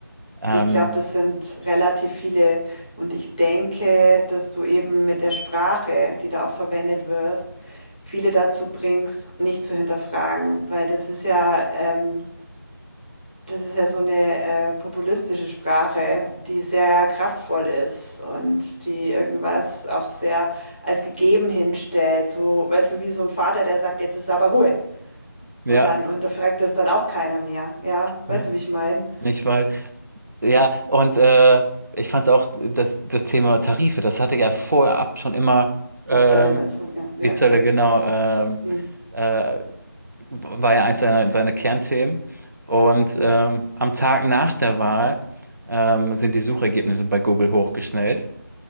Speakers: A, on the right; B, on the left.
A: Ähm,
B: Ich glaube, das sind relativ viele. Und ich denke, dass du eben mit der Sprache, die da auch verwendet wirst, viele dazu bringst, nicht zu hinterfragen, weil das ist ja, ähm, das ist ja so eine äh, populistische Sprache, die sehr kraftvoll ist und die irgendwas auch sehr als gegeben hinstellt. So, weißt du, wie so ein Vater, der sagt, jetzt ist aber Ruhe.
A: Ja,
B: Und dann hinterfragt das dann auch keiner mehr. Ja, weißt
A: ja,
B: du, wie ich meine?
A: ich weiß. Ja, und äh, ich fand es auch, das, das Thema Tarife, das hatte ja vorab schon immer ähm,
B: Die Zölle meinst du? Ja, ja,
A: die Zölle,
B: ja.
A: genau, ähm,
B: Mhm,
A: äh, war ja eins seiner, seiner Kernthemen. Und
B: mhm,
A: ähm, am Tag nach der Wahl ähm, sind die Suchergebnisse bei Google hochgeschnellt,